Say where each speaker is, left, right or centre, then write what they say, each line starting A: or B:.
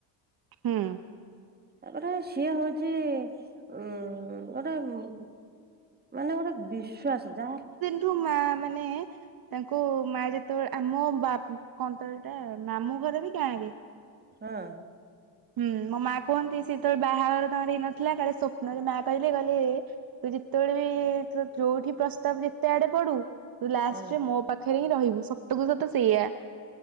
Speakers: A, on the right (about 45°); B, on the right (about 20°).
A: ହୁଁ
B: ତାପରେ ସିଏ ହଉଛି ଉଁ ଗୋଟେ ମ ମାନେ ଗୋଟେ ବିଶ୍ଵାସ ଯାହା
A: ତୁ ମା ମାନେ ତାଙ୍କୁ ମା ଯେତେବେଳେ ଆମ ବା କଣ ତ ସେଟା ମାମୁଁ ଘର ବି ଗାଁ ରେ।
B: ହଁ।
A: ହୁଁ ମୋ ମା କୁହନ୍ତି ସିଏ ଯେତେବେଳେ ବାହାଘର ଘର ହେଇ ନଥିଲା କାଳେ ସ୍ବପ୍ନରେ ମା କହିଲେ, କହିଲେ ତୁ ଯେତେବେଳେ ବି ତୁ ଯୋଉଠି ପ୍ରସ୍ତାବ ଯେତେ ଆଡେ ପଡୁ ତୁ ଲାଷ୍ଟରେ
B: ହଁ
A: ମୋ ପାଖରେ ହିଁ ରହିବୁ ସତକୁୁ ସତ ସେଇଆ।